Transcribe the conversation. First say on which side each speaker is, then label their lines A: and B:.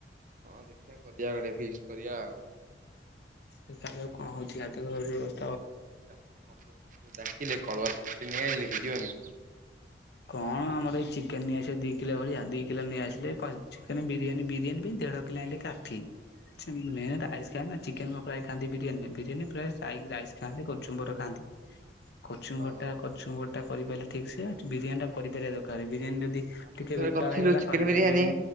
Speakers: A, on the right (about 50°); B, on the left (about 65°).
A: ହଁ ଦେଖିବା କରିବା ଗୋଟେ ଫିଷ୍ଟ କରିବା ଆଉ।
B: ଦେଖାଯାଉ। କଣ ହଉଛି ଲାଟର ବା ରେବସି।
A: ଡା ଡାକିଲେ କଳୁଆ ସୃଷ୍ଟି ନେଇଆ ଇଲେ। ଦିଅନି।
B: କଣ ଆମର ଏଇ ଚିକେନ ନେଇଆସିଲେ ଦି କିଲୋ ଭଳିଆ ଦିକିଲୋ ନେଇ ଆସିଲେ ଚିକେନ ବିରିୟାନୀ- ବିରିୟାନୀ ପାଇଁ ଦେଢ଼ କିଲୋ ଆଣିଲେ କାଫି। ଚୁ ମେ ଟାହାଇସ କା ନା। ଚିକେନ ର ପ୍ରାୟ ଖାଆନ୍ତି ବିରିୟାନୀ। ବିରିୟାନୀ ପ୍ରାୟ ସାଇଗ ରାଇସ୍ ଖାଆନ୍ତି କଚୁମ୍ବର ଖାଆନ୍ତି। କଚୁଙ୍ଗଟା
A: ହଁ
B: କଚୁଅଟ୍। ଟା କରିପାଇଲ ଠିକ୍ ସେ? ବିରିୟାନୀ ଟା କରିପାରିବା ଦରକାର ବିରିୟାନୀ ଯେନ୍ତି।
A: ଆମେ
B: ଟିକେ
A: ଥରେ
B: ବେତାଳ
A: କରିଥିଲୁ
B: ହେଇଗଲା
A: ଚିକେନ
B: ସରିଯିବ
A: ବିରିୟାନୀ
B: ବିରି